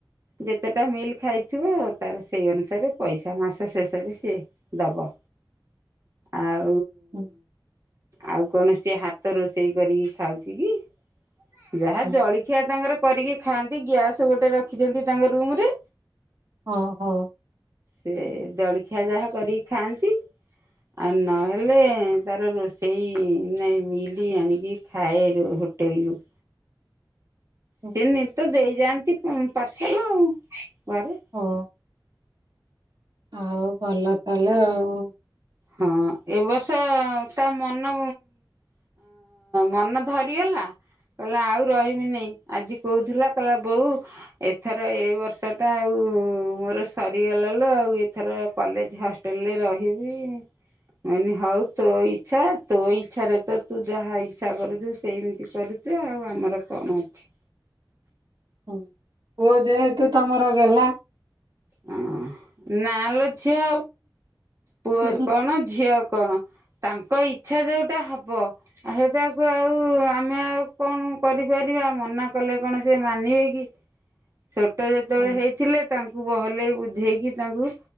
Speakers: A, on the right; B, on the right.
A: ଯେତେଟା ମିଲ୍ ଖାଇଥିବ ତାର ସେଇ ଅନୁସାରେ ପଇସା ମାସ ଶେଷରେ ସିଏ ଦବ ଆଉ
B: ହୁଁ।
A: ଆଉ କୌଣସି ହାତ ରୋଷେଇ କରିକି ଖାଉଛି କି ଯାହା
B: ହୁଁ
A: ଜଳଖିଆ ତାଙ୍କର କରିକି ଖାଆନ୍ତି ଗ୍ୟାସ ଗୋଟେ ରଖିଛନ୍ତି ତାଙ୍କ ରୁମ ରେ
B: ହଁ ହଁ
A: ସେ ଜଳଖିଆ ଯାହା କରିକି ଖାଆନ୍ତି ଆଉ ନହେଲେ ତାର ରୋଷେଇ ସେଇ ନାଇଁ ମିଲି ଆଣିକି ଖାଏ ରୁ ହୋଟେଲରୁୁ।
B: ହୁଁ
A: ସେ ନିଶ୍ଚିନ୍ତ ଦେଇ ଯାଆନ୍ତି ପାର୍ସଲ ଆଉ ଘରେ।
B: ହଉ ଆଉ ଭଲ କଲ ଆଉ। ହଁ।
A: ହଁ ଏ ବର୍ଷ ତା ମନ ମନ ଧରିଗଲା କହିଲା ଆଉ ରହିବିନେଇ ଆଜି କହୁଥିଲା କହିଲା ବୋଉ ଏଥର ଏଇ ବର୍ଷ ଟା ଆଉ ମୋର ସରିଗଲା ଲୋ ଆଉ ଏଥର କଲେଜ ହଷ୍ଟେଲରେ ରହିବି ମୁଁ କହିନି ହଉ ତୋ ଇଚ୍ଛା ତୋ ଇଚ୍ଛାରେ ତ ତୁ ଯାହା ଇଚ୍ଛା କରୁଛୁ ସେମିତି କରୁଛୁ ଆଉ ଆମର କଣ ଅଛି।
B: ହୁଁ ପୁଅ ଯେହେତୁ ତମର ଗଲ୍ଲା।
A: ହଁ ନାଁ ଲୋ ଝିଅ ପୁଅ
B: ହୁଁ ହୁଁ।
A: କଣ ଝିଅ କଣ ତାଙ୍କ ଇଚ୍ଛା ଯୋଉଟା ହବ ସେଟାକୁ ଆଉ ଆମେ ଆଉ କଣ କରିପାରିବା ମନା କଲେ କଣ ସେ ମାନିବେ କି। ଛୋଟ ଯେତେବେଳେ
B: ହୁଁ
A: ହେଇଥିଲେ ତାଙ୍କ ଭଲକି ବୁଝେଇକି ତାଙ୍କୁ